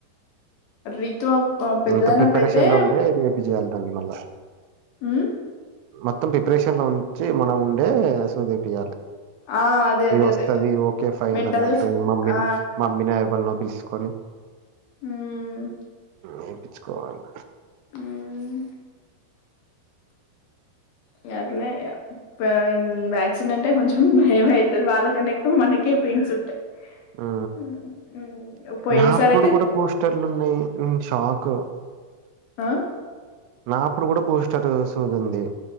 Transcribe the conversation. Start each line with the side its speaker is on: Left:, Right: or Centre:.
Left: రీతు అప్ పెద్దదైనప్పుతే
Right: అంత ప్రిపరేషన్ లో ఉండే చేపియాలి దాన్ని మళ్ళా
Left: ఉమ్
Right: మొత్తం ప్రిపరేషన్ లో ఉంచి మనం ఉండే సూదేపియాల
Left: ఆ అదే అదే
Right: ఏ వస్తది
Left: అదే
Right: ఓకే ఫైన్
Left: మెంటల్
Right: అన్నట్టు
Left: గా ఫి-
Right: మమ్మీన
Left: ఆ
Right: మమ్మీనే వల్ వొద్ పిలుసుకొలు
Left: హ్మ్
Right: ఉమ్ ఎపిచ్చుకోవాలి
Left: మ్మ్. ఇగ అట్లే ఇగ వాగ్ వ్యాక్సిన్ అంటే కొంచెం భయమయితది. వాళ్ళకన్నా ఎక్కువ మనకే పెయిన్స్ ఉంటాయి.
Right: ఆ
Left: హ్మ్. పోయిన
Right: నాప్పుడు
Left: సారి అయితే
Right: గుడా బూస్టర్లు ఉన్నాయ్ నేన్ షాక్
Left: ఆ!
Right: నాప్పుడు గుడా బూస్టర్ సూదుంది